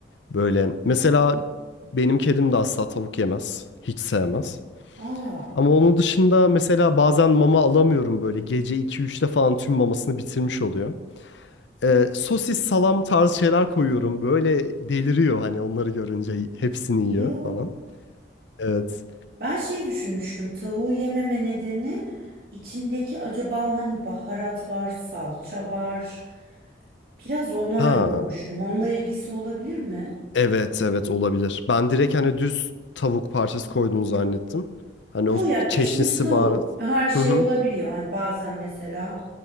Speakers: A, on the left; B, on the right.
A: Böyle mesela benim kedim de asla tavuk yemez. Hiç sevmez.
B: Aa.
A: Ama onun dışında mesela bazen mama alamıyorum böyle. Gece iki 3te falan tüm mamasını bitirmiş oluyor. Ee, sosis, salam tarzı şeyler koyuyorum. Böyle deliriyor hani onları görünce hepsini yiyor
B: Ya.
A: falan. Evet.
B: Ben şey düşünmüştüm tavuğu yememe nedeni içindeki acaba hani baharat var, salça var. Biraz ona
A: Ha.
B: yormuştum. Onunla ilgisi olabilir mi?
A: Evet evet olabilir. Ben direkt hani düz tavuk parçası koyduğunu zannettim. Hani
B: Yok
A: o
B: ya pişmiş
A: çeşnisi
B: tavuk
A: baharat.
B: her şey
A: Hı hı.
B: olabiliyor. Hani bazen mesela